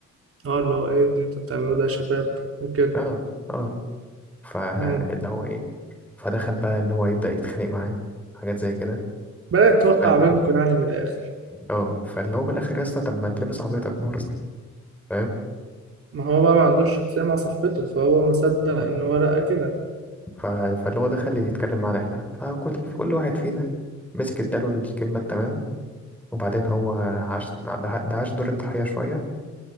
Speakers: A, on the right; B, in the centre.
A: اه اللي هو ايه اللي انتوا بتعملوه ده يا شباب وكده
B: اه اه فاللي
A: امم
B: هو ايه فدخل بقى اللي هو يبدأ يتخانق معاه حاجات زي كده
A: بدأت توقع
B: فال-
A: بينكم يعني من الآخر
B: اه فاللي هو من الاخر يا اسطى طب ما تلمس عربيتك مرة فاهم
A: ما هو بقى ما عندوش شخصية مع صاحبته فهو ما صدق
B: اه
A: إن هو لقى كده
B: ف- فاللي هو دخل يتكلم معانا احنا فكل كل واحد فينا مسك اداله الكلمة التمام وبعدين هو عاش ده ده عاش دور الضحية شوية